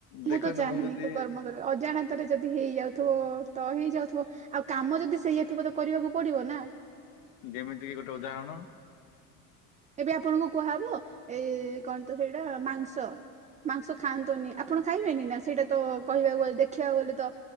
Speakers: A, on the left (about 75°); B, on the right (about 20°).
A: ଦେଖନ୍ତୁ
B: ମୁଁ ତ ଚାହିଁନି
A: ଯଦି
B: କର୍ମ କର ଅଜାଣତରେ ଯଦି ହେଇଯାଉଥିବ ତ ହେଇଯାଉ। ଆଉ କାମ ଯଦି ସେଇଆା ଥିବ ତ କରିବାକୁ ପଡିବ ନା।
A: ଯେମିତି କି ଗୋଟେ ଉଦାହରଣ
B: ଏବେ ଆପଣଙ୍କୁ କୁହାହବ ଏଇ କଣ ତ ସେଇଟା ମାଂସ ମାଂସ ଖାଆନ୍ତୁନି ଆପଣ ଖାଇବେନି ନା ସେଇଟା? ତ କହିବାକୁ ଗଲେ ଦେଖିବାକୁ ଗଲେ ତ